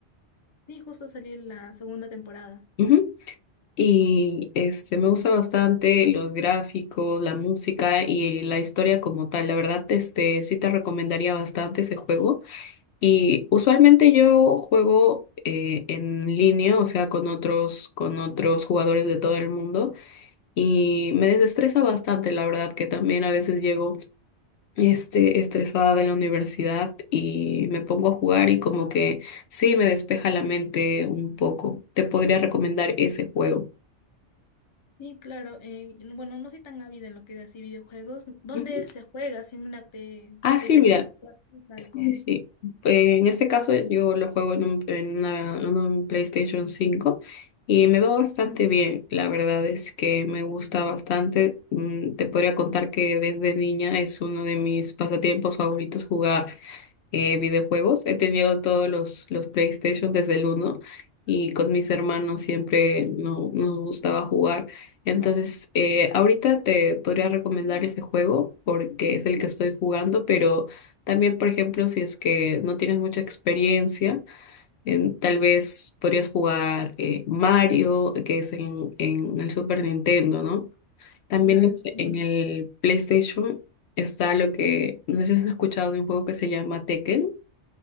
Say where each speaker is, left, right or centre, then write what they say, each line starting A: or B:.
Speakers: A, on the left (about 30°); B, on the left (about 70°).
A: Sí, justo salió la segunda temporada.
B: Ujú. Y este, me gusta bastante los gráficos, la música y la historia como tal. La verdad, este, sí te recomendaría bastante ese juego. Y usualmente yo juego eh, en línea, o sea, con otros, con otros jugadores de todo el mundo. y me desestresa bastante, la verdad, que también a veces llego este, estresada de la universidad y me pongo a jugar y como que sí me despeja la mente un poco. Te podría recomendar ese juego.
A: Sí, claro. eh, bueno, no soy tan ávida en lo que es así videojuegos. ¿Dónde
B: Ujú.
A: se juega? ¿Sin una P
B: Ah,
A: ps
B: sí, mira.
A: Tal
B: Sí,
A: como.
B: sí, sí. Eh, en este caso yo lo juego en un, en una- en un PlayStation cinco y me va bastante bien. La verdad es que me gusta bastante. Mm, Te podría contar que desde niña es uno de mis pasatiempos favoritos jugar eh, videojuegos. He tenido todos los, los PlayStation desde el uno y con mis hermanos siempre no, nos gustaba jugar. Entonces, eh, ahorita te podría recomendar ese juego porque es el que estoy jugando, pero también, por ejemplo, si es que no tienes mucha experiencia, en- tal vez podrías jugar eh, Mario, que es en, en el Super Nintendo, ¿no? También
A: Claro.
B: es en el PlayStation está lo que, no sé si has escuchado de un juego que se llama Tekken